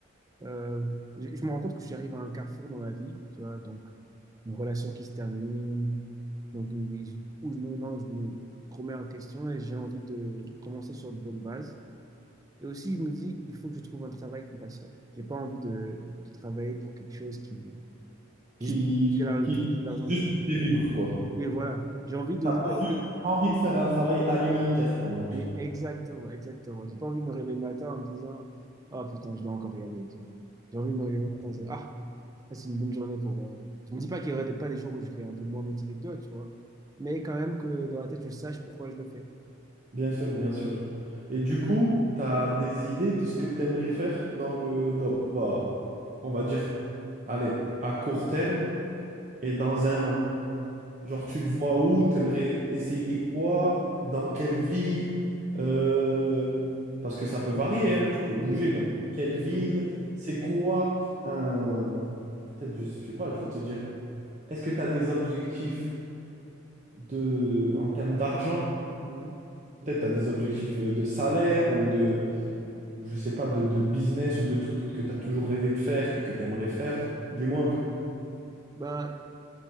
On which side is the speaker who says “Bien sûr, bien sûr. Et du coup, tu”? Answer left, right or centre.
Right